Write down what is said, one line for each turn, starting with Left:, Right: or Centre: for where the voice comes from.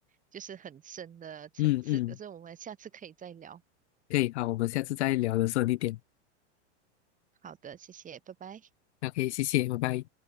Right: 就是很深的层次。
Left: 嗯嗯
Right: 可是我们下次可以再聊。
Left: 可以，好，我们下次再聊的时候你点。
Right: 好的，谢谢，拜拜。
Left: OK，谢谢，拜拜。